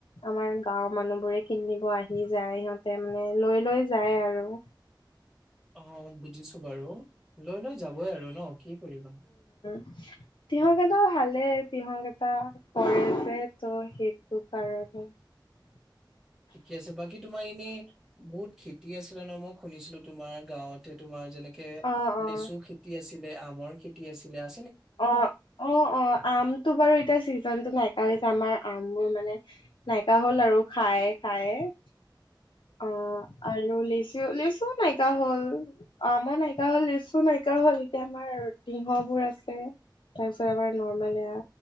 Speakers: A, on the left (about 85°); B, in the centre.
A: আমাৰ গাওৰ মানুহ বোৰে কি কিনিব আহি যায় সিহঁতে মানে লৈ লৈ যায় আৰু৷
B: অ বুজিছো বাৰু লৈ লৈ যাবই আৰু ন কি কৰিবা৷
A: <unintelligible> তিহ কেইটা ভালেই তিহ বেপাৰ কৰে যে ত' সেইটো কাৰণে৷ <inaudible>
B: ঠিকে আছে বাকী তোমাৰ এনেই বহুত খেতি আছিলে ন মই শুনিছিলো তোমাৰ গাঁৱতে তোমাৰ৷ যেনেকে
A: অ', অ',
B: লেচু খেতি আছিলে আমৰ খেতি আছিলে আ
A: অ-অ-অ আমটো বাৰু এতিয়া চিজনতো নাইকা হৈছে আমাৰ আমবোৰ মানে নাইকা হল আৰু খায় খায়ে৷ অ আৰু লেচু লে লিচু নাইকা হ'ল আমো নাইকা হ'ল লিচু নাইকা হল এতিয়া আমাৰ তিয়ঁহ বোৰ আছে তাৰপিছত আমাৰ নৰ্মেল এয়া